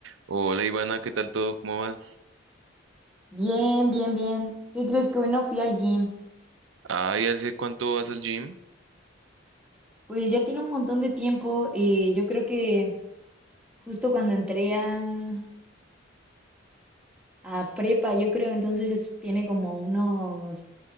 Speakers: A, on the right; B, in the centre.
A: Hola Ivana, ¿qué tal todo? ¿Cómo vas?
B: Bien, bien, bien. ¿Qué crees que hoy no fui al gym?
A: Ay, ¿hace cuánto vas al gym?
B: Pues ya tiene un montón de tiempo. eh, yo creo que justo cuando entré a, a prepa, yo creo entonces es- tiene como unos